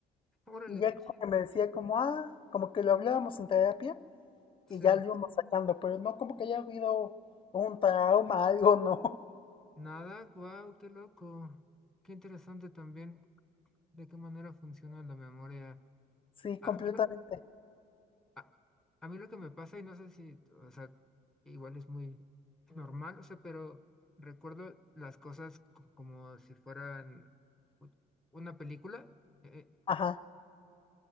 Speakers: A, in the centre; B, on the left.
A: órale,
B: Y ya
A: qué
B: como
A: chido.
B: que me decía como, ah, como que lo hablábamos en terapia
A: Sí.
B: y ya lo íbamos sacando, pero no como que haya habido un trauma, algo, no. <laughs>
A: Nada, guau, qué loco. Qué interesante también de qué manera funciona la memoria.
B: Sí,
A: A
B: completamente.
A: a mí lo, a, a mí lo que me pasa, y no sé si, o sea, igual es muy normal, o sea, pero recuerdo las cosas co- como si fueran u- una película. eh,
B: Ajá,